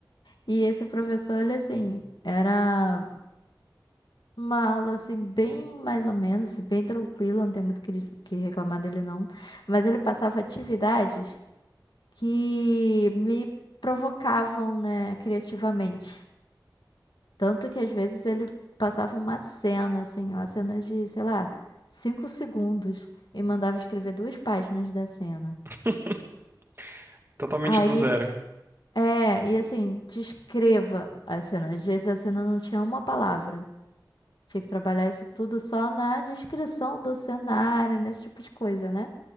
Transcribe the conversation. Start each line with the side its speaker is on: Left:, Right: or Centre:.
Left: E esse professor, ele assim, era uma aula assim, bem mais ou menos, assim, bem tranquila, não tem muito o que, o que reclamar dele não. Mas ele passava atividades que me provocavam, né, criativamente. Tanto que às vezes ele passava uma cena, assim, uma cena de, sei lá, cinco segundos e mandava escrever duas páginas da cena.
Right: <laughs> Totalmente
Left: Aí,
Right: do zero.
Left: é, e assim, descreva a cena. Às vezes a cena não tinha uma palavra. Tinha que trabalhar isso tudo só na descrição do cenário, nesse tipo de coisa, né?